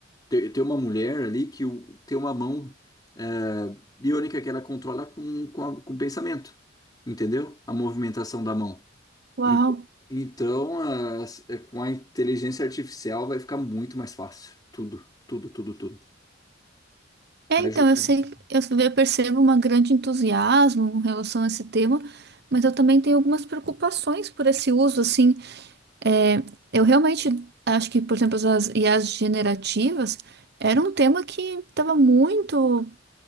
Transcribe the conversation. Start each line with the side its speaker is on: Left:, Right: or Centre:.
Left: te- tem, uma mulher ali que o- tem uma mão eh, biônica que ela controla com, com, a- com o pensamento, entendeu? A movimentação da mão.
Right: Uau.
Left: En- Então, as- eh, com a inteligência artificial vai ficar muito mais fácil. Tudo, tudo, tudo, tudo.
Right: É,
Left: Vai
Right: então,
Left: ajudar.
Right: eu sei,
Left: então.
Right: eu eu percebo um grande entusiasmo em relação a esse tema, mas eu também tenho algumas preocupações por esse uso, assim, é, eu realmente acho que, por exemplo, as I as generativas era um tema que estava muito